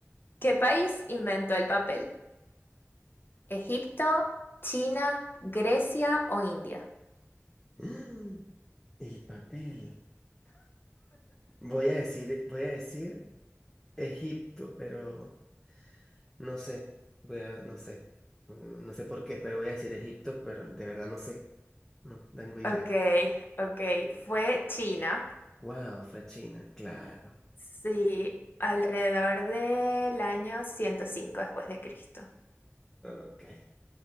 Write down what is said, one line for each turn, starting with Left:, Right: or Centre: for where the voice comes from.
Left: ¿qué país inventó el papel? ¿Egipto, China, Grecia o India?
Centre: <gasps> El papel. Voy a decir, voy a decir. Egipto, pero no sé. Voy a, no sé. Mm, No sé por qué, pero voy a decir Egipto, pero de verdad no sé. No tengo idea.
Left: Ok, ok. Fue China.
Centre: Wow, fue China, claro.
Left: Sí, alrededor del año 105 después de Cristo.
Centre: Ok.